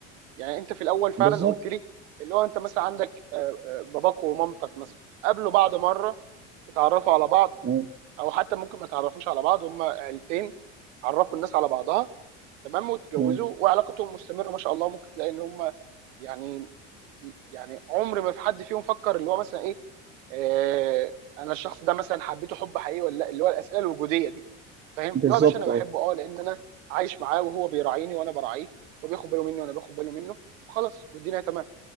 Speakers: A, on the right; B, on the right.
A: يعني انت في الاول فعلا
B: بالظبط
A: قلت لي اللي هو انت مثلا عندك آه، آه، باباك ومامتك مثلا قابلوا بعض مره اتعرفوا على بعض
B: مم.
A: او حتى ممكن ما تعرفوش على بعض هما عيلتين عرفوا الناس على بعضها تمام واتجوزوا
B: مم.
A: وعلاقتهم مستمره ما شاء الله ممكن تلاقي ان هما يعني يعني عمر ما في حد فيهم فكر اللي هو مثلا ايه آه، انا الشخص ده مثلا حبيته حب حقيقي ولا لا اللي هو الاسئله الوجوديه دي فاهم
B: بالظبط
A: اللي هو يا باشا انا بحبه
B: أه
A: اه لان انا عايش معاه وهو بيراعيني وانا براعيه وبياخد باله مني وانا باخد باله منه خلاص والدنيا تمام